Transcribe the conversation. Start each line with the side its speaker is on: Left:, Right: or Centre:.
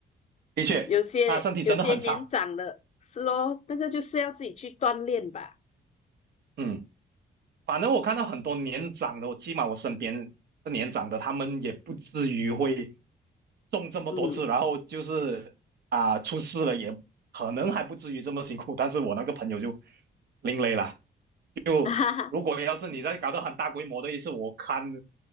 Right: 的确，
Left: 有些有些年长了，
Right: 他身体真的很差，
Left: 是咯，那个就是要自己去锻炼吧，
Right: 嗯，反正我看到很多年长的，我起码我身边的年长的，他们也不至于会中这么多次，
Left: 嗯，
Right: 然后就是啊、出事了也可能还不至于这么辛苦，但是我那个朋友就另类了。就如果要是你再搞到很大规模的一次，
Left: <laughs> 哈哈。
Right: 我看